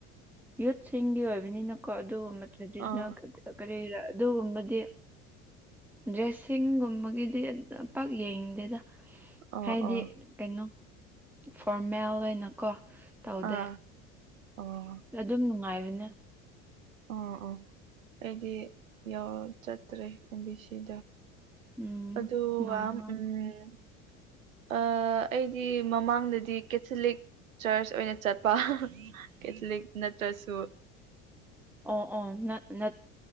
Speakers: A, in the centre; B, on the right.
A: ꯌꯨꯠꯁꯤꯡꯒꯤ ꯑꯣꯏꯕꯅꯤꯅꯀꯣ ꯑꯗꯨꯒꯨꯝꯕ <unintelligible>
B: ꯑꯥ
A: ꯀꯔꯤꯔ ꯑꯗꯨꯒꯨꯝꯕꯗꯤ ꯗ꯭ꯔꯦꯁꯁꯤꯡꯒꯨꯝꯕꯒꯤꯗꯤ ꯄꯥꯛ ꯌꯦꯡꯗꯦꯗ
B: ꯑꯣ
A: ꯍꯥꯏꯗꯤ
B: ꯑꯣ
A: ꯀꯩꯅꯣ ꯐꯣꫪꯃꯦꯜ ꯑꯣꯏꯅꯀꯣ ꯇꯧꯗꯦ
B: ꯑꯥ ꯑꯣ
A: ꯑꯗꯨꯝ ꯅꯨꯡꯉꯥꯏꯕꯅꯦ
B: ꯑꯥ ꯑꯥ ꯑꯩꯗꯤ ꯌꯥꯎ ꯆꯠꯇ꯭ꯔꯦ ꯑꯦꯝ ꯕꯤ ꯁꯤꯗ
A: ꯎꯝ
B: ꯑꯗꯨ
A: ꯅꯣꯡꯃ
B: ꯋꯥꯝ ꯎꯝ ꯑ ꯑꯩꯗꯤ ꯃꯃꯥꯡꯗꯗꯤ ꯀꯦꯊꯂꯤꯛ ꯆꯔꯆ ꯑꯣꯏꯅ ꯆꯠꯄ ꯀꯦꯊꯂꯤꯛ ꯅꯠꯇ꯭ꯔꯁꯨ
A: ꯑꯣ ꯑꯣ ꯅꯠ ꯅꯠ